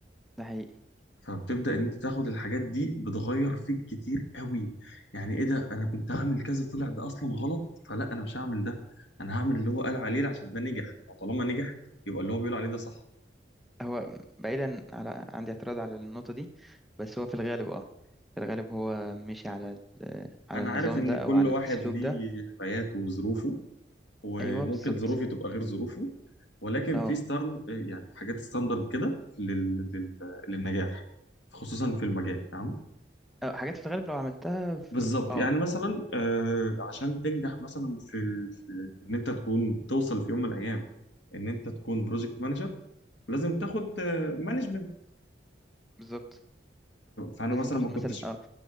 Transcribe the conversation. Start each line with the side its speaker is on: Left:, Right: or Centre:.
Centre: ده حقيقي
Left: فبتبدأ ان انت تاخد الحاجات دي بتغير فيك كتير قوي يعني ايه ده انا كنت هعمل كذا طلع ده اصلا غلط فلا انا مش هعمل ده انا هعمل اللي هو قال عليه عشان ده نجح وطالما نجح يبقى اللي هو بيقول عليه ده صح
Centre: هو بعيدا على عندي اعتراض على النقطة دي بس هو في الغالب اه في الغالب هو مشي على ال- على
Left: انا
Centre: النظام
Left: عارف ان
Centre: ده
Left: كل
Centre: او على
Left: واحد
Centre: الاسلوب
Left: ليه
Centre: ده
Left: حياته وظروفه وممكن
Centre: ايوه بالظبط
Left: ظروفي تبقى غير ظروفه ولكن
Centre: اه
Left: في ستارن يعني حاجات ستاندرد كده لل... لل... للنجاح خصوصا في المجال تمام
Centre: اه حاجات في الغالب لو عملتها في...
Left: بالظبط
Centre: اه
Left: يعني مثلا آه، عشان تنجح مثلا في, في ان انت تكون توصل في يوم من الايام ان انت تكون بروجكت مانجر لازم تاخد مانجمنت
Centre: بالظبط
Left: فانا
Centre: لازم
Left: مثلا
Centre: تاخد
Left: ما
Centre: مثلا
Left: كنتش
Centre: اه